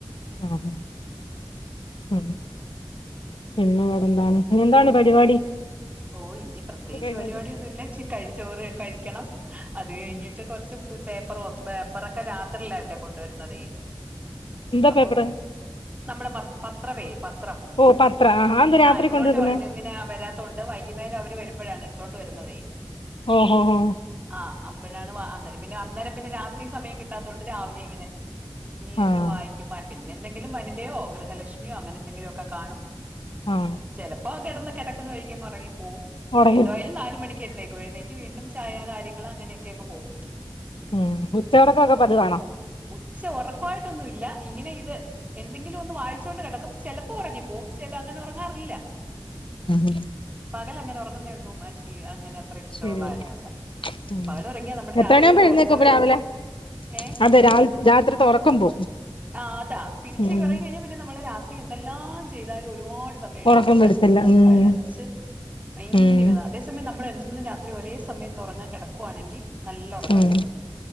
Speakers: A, on the left (about 80°); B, on the right (about 15°).
A: ആഹ് ഉം പിന്നെ വേറെന്താണ് ഇന്ന് എന്താണ് പരിപാടി
B: ഓ ഇനി പ്രത്യേകിച്ച്
A: ഉച്ച കഴിഞ്ഞിട്ട്
B: പരിപാടിയൊന്നും ഇല്ല ഇച്ചി ചോറ് കഴിക്കണം അത് കഴിഞ്ഞിട്ട്
A: ഉം
B: കുറച്ച് പേപ്പറ പേപ്പറൊക്കെ രാത്രിയിൽ ആണ് ഇവിടെ കൊണ്ടുവരുന്നതേ
A: എന്താ
B: അപ്പം
A: പേപ്പറ്
B: നമ്മുടെ പത്രമേ പത്രം
A: ഓ പത്രം അതെന്താ രാത്രി
B: ആ ഇങ്ങോട്ട്
A: കൊണ്ടുവരുന്നേ
B: വണ് ഇങ്ങനെ വരാത്ത അത് വൈകുന്നേരം അവര് വരുമ്പോഴാണ് എടുത്തോണ്ട് വരുന്നതേ
A: ഓ ഹോ ഹോ
B: ആ അപ്പോഴാണ് അന്നേരം പിന്നെ അന്നേരം പിന്നെ രാത്രി സമയം കിട്ടാത്തോണ്ട് രാവിലെ ഇങ്ങനെ ഇനി ഇരുന്നു
A: ആഹ്
B: വായിക്കും പിന്നെ എന്തെങ്കിലും വനിതയോ ഗൃഹലക്ഷ്മിയോ അങ്ങനെ എന്തെങ്കിലുമൊക്കെ കാണും
A: ആഹ്
B: ചിലപ്പോ കിടന്ന് കിടക്കുന്ന വഴിക്ക് അങ്ങ് ഉറങ്ങിപ്പോവും
A: ഒടങ്ങി
B: എന്തായാലും നാല് മണിക്ക് എഴുന്നേൽക്കും എഴുന്നേ റ്റ് വീണ്ടും ചായ കാര്യങ്ങൾ അങ്ങനെയൊക്കെ അങ്ങ് പോവും
A: ഉം ഉച്ചയുറക്കൊക്കെ പതിവ് ആണോ
B: ഉച്ച ഉറക്കായിട്ടൊന്നും ഇല്ല ഇങ്ങനെ ഇത് എന്തെങ്കിലും ഒന്ന് വായിച്ചോണ്ട് കിടക്കും ചെലപ്പോ ഉറങ്ങിപ്പോവും ചില അങ്ങനെ ഉറങ്ങാറില്ല
A: ഉം
B: പകൽ അങ്ങനെ ഉറങ്ങുന്നതും ഷീ അങ്ങനെ അത്ര ഇഷ്ടമുള്ള
A: ശരി
B: കാര്യം അല്ല
A: ഉം
B: പകല് ഉറങ്ങിയ നമ്മുടെ
A: എത്ര
B: രാത്രിയിലത്തെ
A: മണിയാവുമ്പോ എഴുന്നേക്കും
B: ഉറക്കവേ
A: അപ്പൊ രാവിലെ
B: ഏ
A: അതെ രാ രാത്രിത്തെ ഉറക്കം പോവും
B: ആ അതാ പിന്നെ ഉച്ചക്ക്
A: ഉം
B: ഉറങ്ങിയാൽ കഴിഞ്ഞാൽ പിന്നെ നമ്മള് രാത്രി എന്തെല്ലാം ചെയ്താലും ഒരുപാട് സമയം എടുക്കും
A: ഒറക്കം
B: കണ്ണ്
A: വരത്തില്ല ഉം
B: കഴച്ച് ഭയങ്കര
A: ഉം
B: ഇതാ അതേസമയം നമ്മൾ എന്നും രാത്രി ഒരേ സമയത്ത് ഉറങ്ങാൻ കിടക്കുവാണെങ്കിൽ നല്ല ഉറക്കം
A: ഉം
B: കിട്ടും